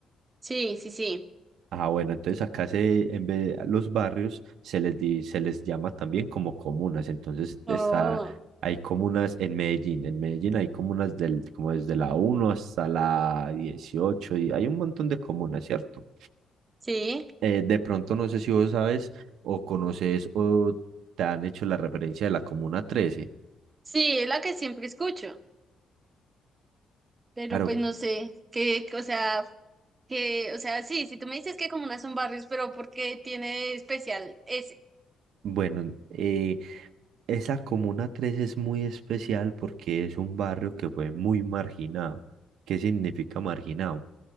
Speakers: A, on the right; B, on the right.
A: sí, sí, sí.
B: Ah, bueno, entonces acá se, en vez de los barrios se les di- se les llama también como comunas. Entonces está,
A: Oh,
B: hay comunas en Medellín. En Medellín hay comunas del, como desde la uno hasta la 18 y hay un montón de comunas, ¿cierto?
A: sí,
B: Eh, de pronto no sé si vos sabes o conoces o te han hecho la referencia de la comuna trece,
A: sí, es la que siempre escucho, pero
B: Claro,
A: pues no sé, que, o sea, que, o sea, sí, si tú me dices que comunas son barrios, pero ¿por qué tiene de especial ese?
B: Bueno, eh, esa Comuna 3 es muy especial porque es un barrio que fue muy marginado. ¿Qué significa marginado?